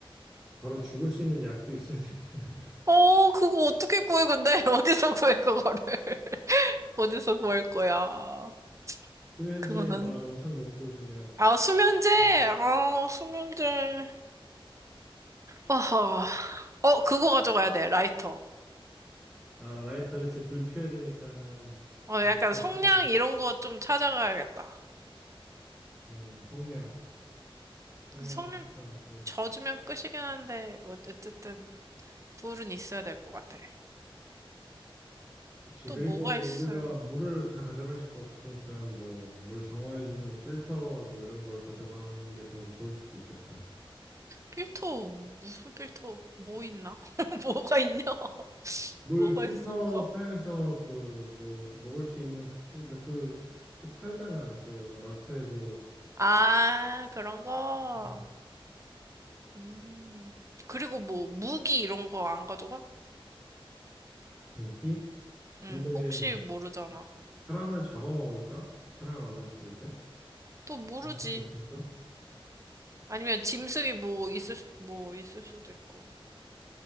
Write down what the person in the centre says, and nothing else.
바로 죽을 수 있는 약도 있어야 되지 않을까? <laughs>
수면제
막 엄청 먹고 그냥
음.
아 라이터 그치 불 피워야 되니까는
라이터가
필요한
음 성냥 성냥도
필요하고
그치
그리고
뭐
우리가 물을 다 가져갈 수가 없으니까 뭐 물 정화해주는 필터 뭐 이런 걸 가져가는 게 더 좋을 수도 있겠다.
물
필터
사용해서 그 뭐 먹을 수 있는 그- 그러니까 그 그 팔잖아 그 마트에도
음.
고기? 근데
사람을 잡아먹을까? 사람을 만났을 때?
무슨 생각인가?